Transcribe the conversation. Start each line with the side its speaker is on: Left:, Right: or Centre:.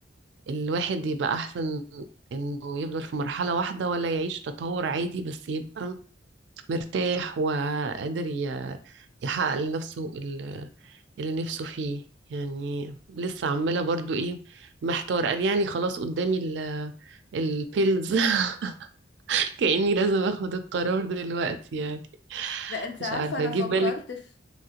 Right: الواحد يبقى احسن انه يفضل في مرحلة واحدة ولا يعيش تطور عادي بس يبقى مرتاح وقادر ي- يحقق لنفسه ال- اللي نفسه فيه يعني لسه عمالة برضو ايه محتار قال يعني خلاص قدامي البيلز <laughs> كأني لازم اخد القرار دلوقتي يعني
Left: ده انت
Right: مش
Left: عارفة
Right: عارفة
Left: انا
Right: جه
Left: فكرت
Right: في بالك
Left: في